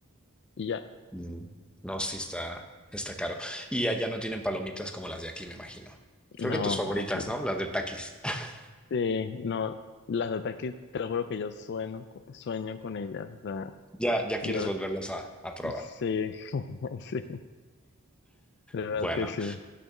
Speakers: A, on the left; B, in the centre.
A: Y ya,
B: Mm, No, sí está, está caro. Y allá no tienen palomitas como las de aquí, me imagino. Creo
A: no,
B: que tus favoritas,
A: aquí.
B: ¿no? Las de Takis. <laughs>
A: Sí, no, las ataques, te lo juro que yo sueño, sueño con ellas, o sea,
B: Ya, ya
A: yo,
B: quieres volverlas a, a probar.
A: sí, <laughs> sí, de verdad
B: Bueno,
A: que sí.